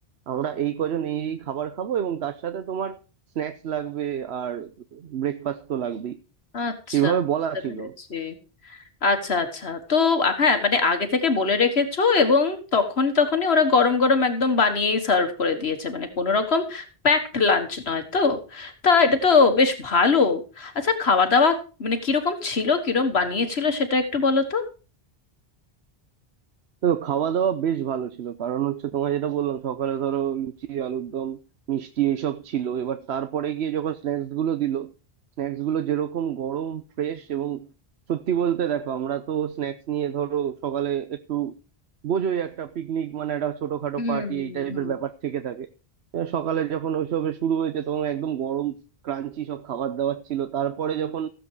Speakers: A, on the right; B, on the left.
A: আমরা এই কজন এই এই খাবার খাবো এবং তার সাথে তোমার স্ন্যাক্স লাগবে আর ব্রেকফাস্ট তো লাগবেই
B: আচ্ছা
A: সেভাবে বলা
B: বুঝতে
A: ছিল
B: পেরেছি আচ্ছা আচ্ছা তো হ্যাঁ মানে আগে থেকে বলে রেখেছো এবং তখন তখনই ওরা গরম গরম একদম বানিয়েই সার্ভ করে দিয়েছে মানে কোনো রকম প্যাকড লাঞ্চ নয় তো তা এটা তো বেশ ভালো আচ্ছা খাওয়া দাওয়া মানে কিরকম ছিল কিরকম বানিয়েছিল সেটা একটু বলো তো
A: তো খাওয়া দাওয়া বেশ ভালো ছিল কারণ হচ্ছে তোমার যেটা বললাম সকালে ধরো লুচি আলুর দম মিষ্টি এইসব ছিল এবার তারপরে গিয়ে যখন স্ন্যাক্স গুলো দিল স্ন্যাক্স গুলো যেরকম গরম ফ্রেশ এবং সত্যি বলতে দেখো আমরা তো স্ন্যাক্স নিয়ে ধরো সকালে একটু বোঝোই একটা পিকনিক মানে একটা ছোটখাটো
B: হুম
A: পার্টি এই টাইপের
B: হুম
A: ব্যাপার থেকে থাকে এবার সকালে যখন ওইসব শুরু হয়েছে তখন একদম গরম ক্রাঞ্চি সব খাবার দাবার ছিল তারপরে যখন